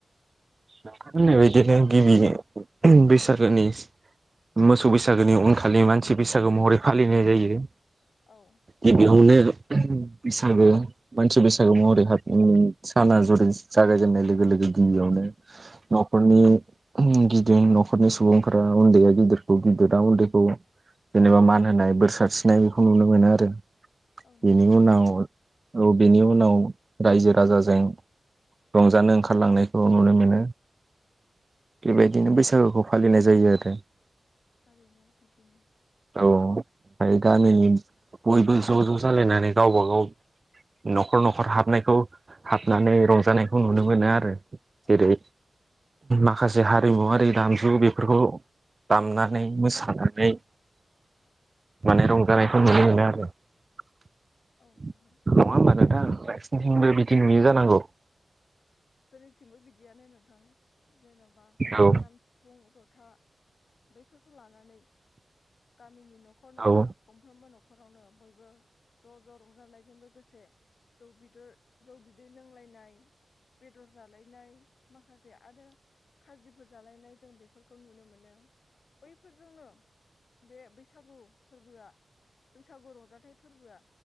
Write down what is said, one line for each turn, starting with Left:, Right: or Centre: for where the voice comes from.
Right: नों होननाय बदिनो गिबि बैसागोनि मोसौ बैसागोनि उनखालि मानसि बैसागो महरै फालिनाय जायो।
Left: औ
Right: बे बिहु ने। बैसागो मानसि बैसागो महरै हाबनानै साना जुरि जागायजेननाय लोगो लोगो गिबियावनो न'खरनि गिदिं न'खरनि सुबुंफोरा उन्दैया गिदिरखौ गिदिरा उन्दैखौ जेनेबा मान होनाय बोर सारस्रिनाय बेखौ नुनो मोनो आरो।
Left: औ नोंथां
Right: बेनि उनाव औ बेनि उनाव रायजो राजाजों रंजानो ओंखारलांनायखौ नुनो मोनो। ओं बेबायदिनो
Left: औ नोंथां
Right: बैसागुखौ फालिनाय जा जायो आरो
Left: थारैनो बिदिनो
Right: औ ओमफ्राय गामिनि बयबो ज' ज' जालायनानै गावबा गाव न'खर न'खर हाबनायखौ हाबनानै रंजानायखौ नुनो मोनो आरो। जेरै
Left: औ
Right: माखासे हारिमुवरारि दामजु बेफोरखौ दामनानै
Left: औ
Right: मोसानानै माने रंजानायखौ नुनो मोनो आरो। नङा
Left: औ नोंथां
Right: होमबा नोंथां? नोंसिनिथिंबो
Left: औ
Right: बिदिं
Left: जेरै
Right: नुयो जानांगौ?
Left: जोंनिथिंबो बिदियानो नोंथां। जेन'बा
Right: औ
Left: खाम सिफुं ज था बैफोरखौ लानानै गामिनि नो न'खर न'खर
Right: औ
Left: गंफ्रोमबो न खरावनो बयबो ज' ज' रंजानायजों लोगोसे जौ बिदर जौ बिदै लोंलायनाय बेदर जालायनाय माखासे आरो खाजिफोर जालायनाय जों बेफोरखौ नुनो मोनो बैफोरजोंनो बे बैसागु फोरबोआ बैसागु रंजाथाइ फोरबोआ